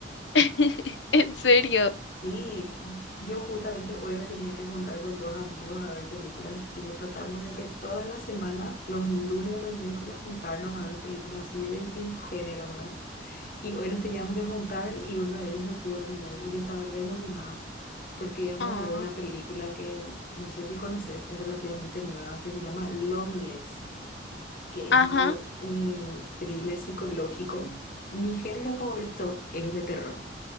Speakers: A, on the left; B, on the left.
A: <laughs> en serio.
B: Sí, yo justamente hoy me tenía que juntar con dos amigos a ver películas, tipo tratamos de que todas las semanas, los lunes o los miércoles, juntarnos a ver películas así de distintos géneros, ¿verdad? Y hoy nos teníamos que juntar y uno de ellos no pudo al final y yo estaba re emocionada porque íbamos
A: Oh,
B: a ver una película que no sé si conoces, es relativamente nueva, que se llama Longlegs, que
A: ajá.
B: es medio un thriller psicológico. Mi género favorito es el de terror